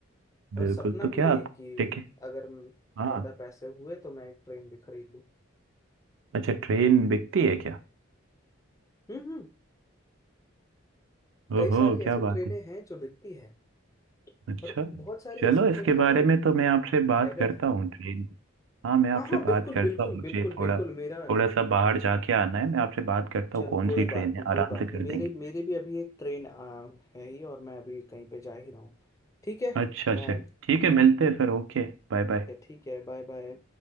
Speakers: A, on the right; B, on the left.
A: बिल्कुल
B: और सपना
A: तो
B: भी
A: क्या
B: है
A: आप
B: कि
A: टिकट
B: अगर म-
A: हाँ
B: ज्यादा पैसे हुए तो मैं एक ट्रेन भी खरीद लूँ
A: अच्छा ट्रेन बिकती है क्या
B: हम्म हम्म
A: ओहो
B: कई सारी
A: क्या
B: ऐसे
A: बात
B: ट्रेनें
A: है
B: हैं जो बिकती हैं
A: अच्छा
B: और बहुत सारी
A: चलो
B: ऐसे ट्रेनें
A: इसके
B: हैं
A: बारे
B: जो
A: में तो मैं आपसे
B: प्राइवेट
A: बात करता
B: हैं
A: हूँ ट्रेन हाँ मैं आपसे
B: हाँ हाँ बिल्कुल
A: बात करता
B: बिल्कुल
A: हूँ मुझे
B: बिल्कुल
A: थोड़ा
B: बिल्कुल
A: थोड़ा
B: मेरा
A: सा बाहर
B: हाँ
A: जाके आना है मैं आपसे बात करता
B: चलो
A: हूँ कौन
B: कोई
A: सी ट्रेन
B: बात
A: है
B: नहीं कोई
A: आराम
B: बात
A: से कर
B: नहीं मेरी
A: देंगे
B: मेरी भी अभी एक ट्रेन आ, है ही और मैं अभी कहीं पे जा ही रहा हूँ ठीक है
A: अच्छा
B: मैं
A: अच्छा ठीक है मिलते हैं फिर ओके बाय बाय
B: ठीक है बाय बाय